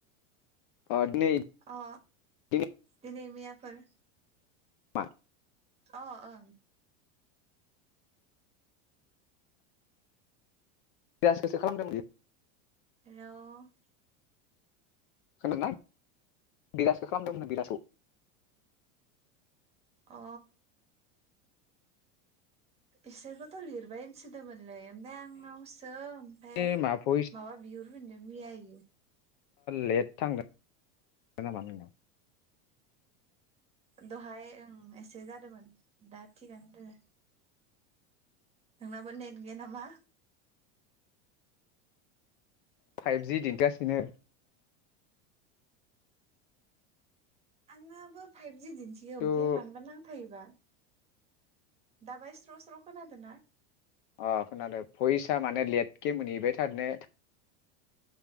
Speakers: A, on the left; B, on the right.
A: अ दिनै
B: अ।
A: दिनै
B: दिनै मैयाफोर।
A: <unintelligible>
B: अ ओ।
A: बे आसियासो खालामदों <unintelligible>
B: हेल'।
A: खोनादोंना बिलासियाव खालामदोंमोन बिलासियाव।
B: अ। इसोरखौथ' लिरबाय होनसोदोंमोनलै ओमफ्राय आंनावसो सो ओमफ्राय
A: ए मा भइसआ
B: माबा बिहुर होनदों मैया इयो।
A: लेट थांदों थांदों नामा।
B: दहाय ओं एसे जादोंमोन दा थिगानो दङ। नोंनाबो नेट गैया नामा?
A: फाइभजि दिन्थिगासिनो।
B: आंनाबो फाइभजि दिन्थियो
A: खिन्थु
B: ओमफाय मानबा नांथायोबा। दाबाय स्र' स्र' खोनादों ना?
A: अ खोनादों फैसा माने लेटके मोनहैबाय थार ने।